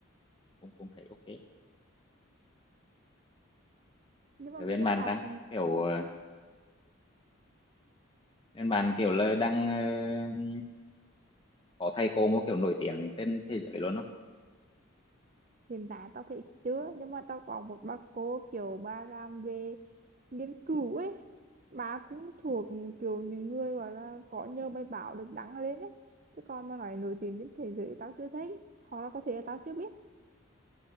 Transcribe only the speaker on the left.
cũng cũng thấy ok
rồi
bên
bạn
đang kiểu ờ, bên bạn kiểu là đang ờ, có thầy cô một kiểu nổi tiếng trên thế giới luôn đó